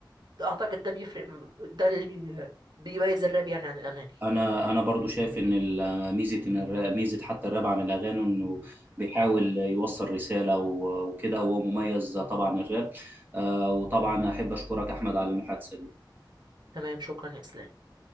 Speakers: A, on the right; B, on the right.
A: اعتقد ده بيفرق ده اللي بي... بيميز الراب يعني عن الاغاني
B: انا انا برضو شايف ان ال- ميزه ان الراب ميزه حتى الراب عن الاغاني انه بيحاول يوصل رساله و- وكده وهو مميز طبعا الراب آه، وطبعا احب اشكرك احمد على المحادثه دي
A: تمام شكرا يا اسلام